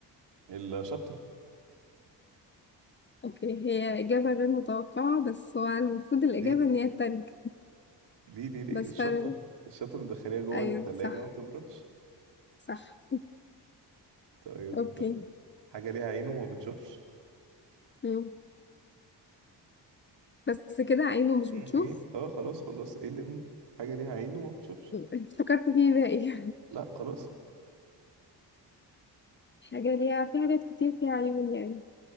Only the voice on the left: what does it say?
اوكي هي إجابة غير متوقعة بس هو المفروض الإجابة
إن هي التلج
بس
فعلا
أيوة
صح
صح
<laughs> اوكي
مم. بس كده عينه مش
بتشوف
افتكرت فيه باقي
<laughs> حاجة ليها في حاجات كتير فيها عيون يعني